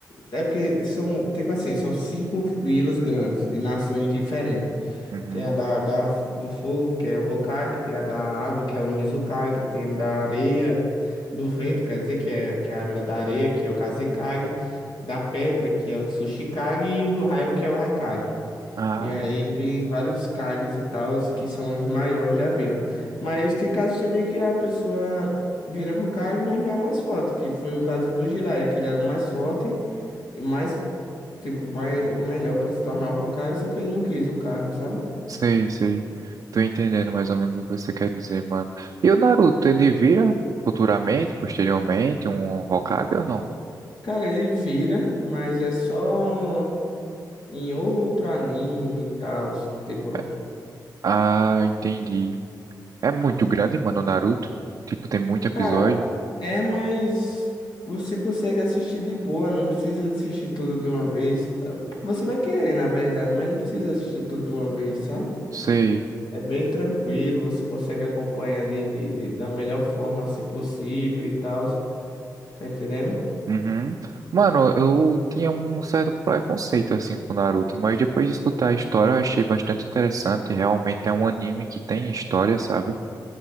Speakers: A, on the left; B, on the right.
A: é é porque são, tipo assim, são cinco vilas grandes, de nações diferentes.
B: Uhum.
A: Tem a da, da, do fogo, que é o Hokage, tem a da água, que é o Mizukage, tem a da areia, do vento, quer dizer, que é, que é a vila da areia, que é o Kazekage, da pedra, que é o Tsuchikage, e o do raio, que é o Raikage.
B: Ah,
A: E aí tem vários cargos e tals que são os maiores da vila. Mas tem casos também que a pessoa vira Hokage, mas não é a mais forte, que foi o caso do Jiraiya, que ele era o mais forte e mais, tipo, mais, o melhor para se tornar o Hokage, só que ele não quis o cargo, sabe?
B: sei, sei. Tô entendendo mais ou menos o que você quer dizer, mano. E o Naruto, ele vira futuramente, posteriormente, um Hokage ou não?
A: Cara, ele vira, mas é só em outro anime e tal. Tipo,
B: É- Ah, entendi. É muito grande, mano, o Naruto. Tipo, tem muito episódio.
A: cara, É, mas você consegue assistir de boa, não precisa assistir tudo de uma vez. Você vai querer, na verdade, mas não precisa assistir tudo de uma vez, sabe?
B: Sei.
A: É bem tranquilo, você consegue acompanhar de, de- de- da melhor forma assim possível e tal. Tá entendendo?
B: Uhum. Mano, eu tinha um certo preconceito assim com Naruto, mas depois de escutar a história eu achei bastante interessante. Realmente é um anime que tem história, sabe?